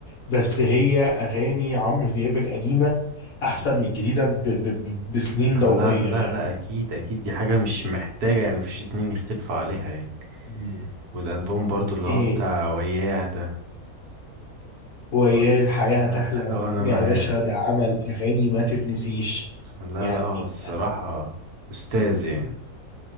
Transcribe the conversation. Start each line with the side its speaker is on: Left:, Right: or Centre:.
Left: بس هي أغاني عمرو دياب القديمة أحسن
Right: مم.
Left: من الجديدة ب... ب... ب- بسنين
Right: لا
Left: ضوئية
Right: لا لا اكيد اكيد دي حاجه مش محتاجه يعني مفيش اتنين يختلفوا عليها يعني
Left: يعني
Right: والالبوم برضو اللي هو
Left: ايه
Right: بتاع وياه ده
Left: ويا
Right: و-
Left: الحياة
Right: لا
Left: هتحلى وانا
Right: لو انا
Left: يا
Right: معاه
Left: باشا ده عمل اغاني ما تتنسيش
Right: لا
Left: يعني
Right: لا هو الصراحه استاذ يعني